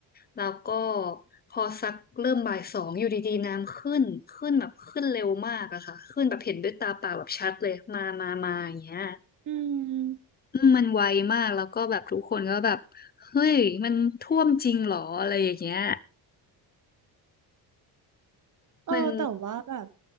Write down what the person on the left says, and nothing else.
แล้วก็พอซักเริ่มบ่ายสองอยู่ดีๆน้ำขึ้นขึ้นแบบขึ้นเร็วมากอะค่ะขึ้นแบบเห็นด้วยตาเปล่าแบบชัดเลยมามามาอย่างเงี้ย
อืมมันไวมากแล้วก็แบบทุกคนก็แบบเฮ้ยมันท่วมจริงเหรออะไรอย่างเงี้ย
มัน